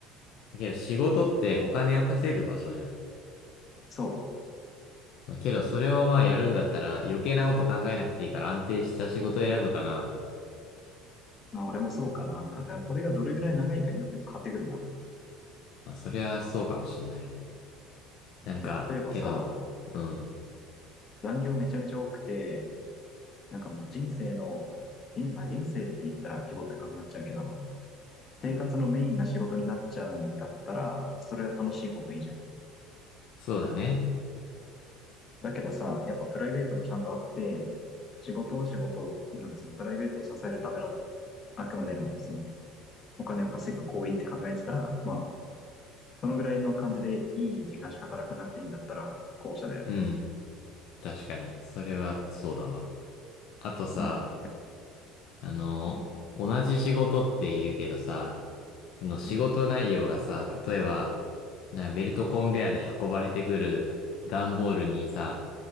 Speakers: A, on the left; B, on the left.
A: けど仕事ってお金を稼ぐ場所じゃん。
B: そ
A: まあ、けどそれをまあやるんだったら余計なこと考えなくていいから安定した仕事を選ぶかな。
B: う。まあ俺もそうかな。だからこれがどれぐらい長いかによっても変わってくるな。
A: うん。まあそりゃそうかもしんない。なんか、
B: だって例えばさ、
A: けど、うん。
B: 残業めちゃめちゃ多くて、なんかもう人生の、人まあ、人生って言ったら規模でかくなっちゃうけど、生活のメインが仕事になっちゃうんだったら、それは楽しい方がいいじゃん。
A: そうだね。
B: だけどさ、やっぱプライベートもちゃんとあって、仕事を仕事って、なんかそのプライベートを支えるための、あくまでのそのお金を稼ぐ行為って考えてたら、まあ、そのぐらいの感じでいい時間しか働かなくていいんだったら、後者だよね。
A: うん。確かに。それはそうだわ。あとさ、
B: うん。
A: あの、
B: うん。
A: 同じ仕事って言うけどさ、その仕事内容がさ、
B: うん。
A: 例えば、なベルトコンベヤーで運ばれてくる段ボールにさ、